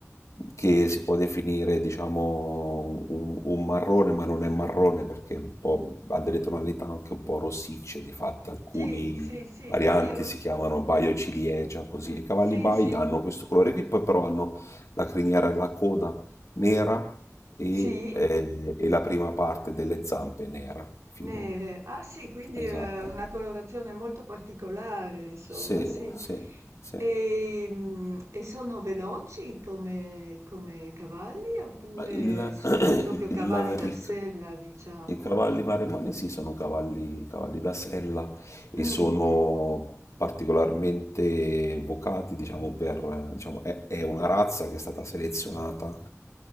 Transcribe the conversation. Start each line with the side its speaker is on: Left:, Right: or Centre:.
Left: che si può definire, diciamo, un, un marrone, ma non è marrone perché è un po', ha delle tonalità anche un po' rossicce, di fatto alcuni,
Right: Sì, sì, sì,
Left: varianti,
Right: sì, allo-
Left: si chiamano Baio ciliegia, così. I cavalli
Right: sì,
Left: Bai
Right: sì,
Left: hanno questo colore qui, poi però hanno la criniera e la coda nera e,
Right: sì,
Left: eh, e la prima parte delle zampe nera, fino...
Right: nere. Ah sì, quindi
Left: Esatto.
Right: è una colorazione molto particolare, insomma,
Left: Sì,
Right: sì.
Left: sì, sì.
Right: E, mm, e sono veloci come, come cavalli oppure
Left: Ma il-
Right: sono
Left: <clears throat>
Right: proprio
Left: <coughs>
Right: cavalli
Left: il-
Right: da sella,
Left: il-
Right: diciamo?
Left: i cavalli maremani sì, sono cavalli, cavalli da sella e
Right: Mm,
Left: sono particolarmente vocati, diciamo, per, diciamo, è, è una razza che è stata selezionata